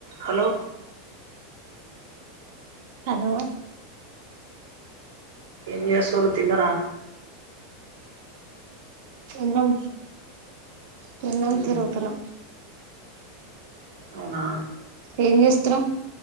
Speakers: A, on the right; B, on the right.
A: Hello
B: hello
A: ఎం జేస్తురు తిన్నరా
B: అన్నం తినడానికి
A: మ్మ్
B: పోతరం
A: అవునా
B: ఏం చేస్త్రు